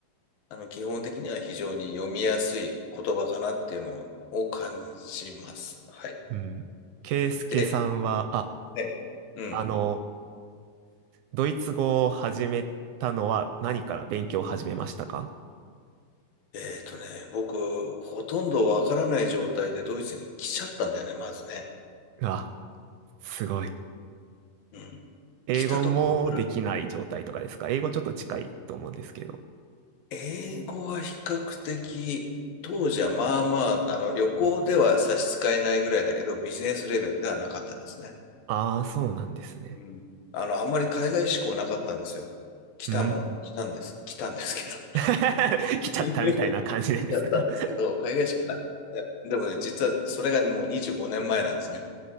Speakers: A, on the left; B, on the right.
A: あの、基本的には非常に読みやすい言葉かなっていうのを感じます。はい。
B: うん。ケイスケさんは、
A: で、
B: あ、
A: はいうん。
B: あの、ドイツ語を始めたのは何から勉強を始めましたか
A: えっとね、僕、ほとんどわからない状態でドイツに来ちゃったんだよね、まずね。
B: あ、すごい。
A: うん。
B: 英語もできない状態とかですか英語ちょっと近いと思うんですけど。
A: 来たところから、英語は比較的、当時はまあまあ、あの、旅行では差し支えないぐらいだけど、ビジネスレベルではなかったですね。
B: ああ、そうなんですね。
A: うん。あの、あんまり海外志向なかったんですよ。来たもの、
B: うん。
A: 来たんです。来たんですけど。
B: <laughs> 来ちゃったみたいな感じなんですが
A: <laughs> だったんですけど、
B: <laughs>
A: 海外志向なくて。でもね、実はそれがもう25年前なんですね。